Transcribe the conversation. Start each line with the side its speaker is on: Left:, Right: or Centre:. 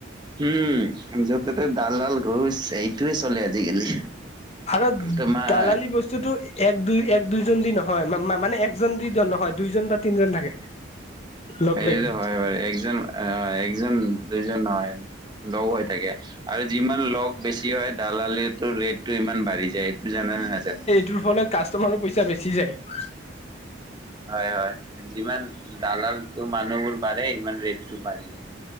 Right: উমঁ যতে ত দালাল ঘোচ এইটোয়ে চলে আজিকালি।
Left: ভাৰত
Right: তোমাৰ
Left: দালালি বস্তুটো। এক দুই, এক দুইজন দি নহয়, মানে একজন দি নহয় দুইজন বা তিনজন থাকে। লগ
Right: সেইটোতো
Left: লাগি
Right: হয় বাৰু, একজন আহ একজন দুজন হয় লগ হৈ থাকে। আৰু যিমান লগ বেছি হয় দালালিটোৰ ৰেটটো ইমান বাঢ়ি যায়, এইটো জানেনে নাজানা।
Left: তোৰ ফলত কাষ্টমাৰৰ পইচা বেছি যায়।
Right: হয়ঁ হয়ঁ যিমান দালালটো মানুহবোৰ বাঢ়ে, সিমান ৰেটটো বাঢ়ি যায়।